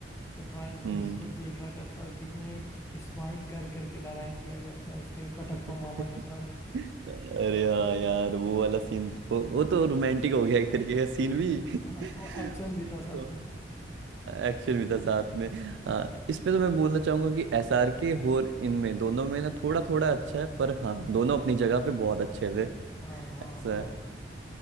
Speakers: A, on the left; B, on the right.
A: तो भाई वो
B: हम्म
A: उसको देखा करता और कितने स्माइल कर करके लड़ाई किया करता उसके कटप्पा
B: <laughs>
A: मामा के साथ
B: अरे हाँ यार वो वाला सीन तो वो तो रोमांटिक हो गया एक तरीके का सीन भी <laughs>
A: हाँ और एक्शन भी था साथ
B: तो
A: में
B: एक्शन भी था साथ में आ, इसमें तो मैं बोलना चाहूंगा कि एस आर के और इनमें दोनों में ना थोड़ा थोड़ा अच्छा है पर हाँ दोनों अपनी जगह पे बहुत अच्छे थे
A: हाँ हाँ
B: ऐसा
A: हाँ
B: है
A: और